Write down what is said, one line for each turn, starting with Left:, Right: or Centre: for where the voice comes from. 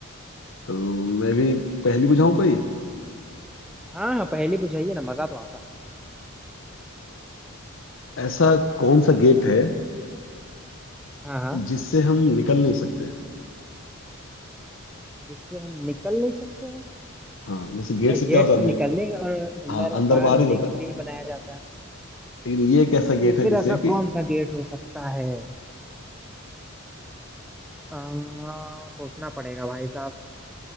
Left: तो मैं भी पहली बुझाऊं कोई
Centre: हाँ हाँ पहेली पूछाइए ना मजा तो आता
Left: ऐसा कौन सा गेट है
Centre: हाँ हाँ
Left: जिससे हम निकल नहीं सकते
Centre: जिससे हम निकल नहीं सकते हैं
Left: हाँ जैसे गेट
Centre: भाई
Left: से क्या
Centre: गेट
Left: होता है
Centre: तो
Left: आदमी
Centre: निकलने और अंदर
Left: हाँ अंदर
Centre: बाहर
Left: बाहर
Centre: होने
Left: ही होता
Centre: के लिए
Left: है
Centre: बनाया जाता है
Left: लेकिन ये एक ऐसा
Centre: तो
Left: गेट है
Centre: फिर
Left: जिससे
Centre: ऐसा
Left: कि
Centre: कौन सा गेट हो सकता है आ, सोचना पड़ेगा भाई साहब